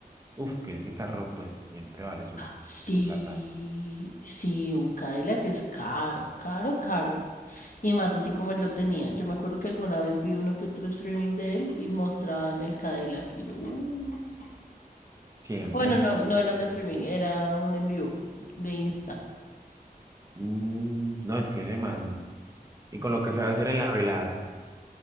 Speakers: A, on the right; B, on the left.
A: uf, que ese carro pues siempre vale su,
B: Sí,
A: su plata.
B: sí, un Cadillac es caro, caro, caro. Y más así como él lo tenía. Yo me acuerdo que alguna vez vi uno que otro streaming de él y mostraban el Cadillac. Y yo, uh.
A: Siempre,
B: Bueno, no, no era
A: ¿verdad?
B: un streaming, era un en vivo de Insta.
A: Mm, no, es que ese man. Y con lo que se va a hacer en la velada.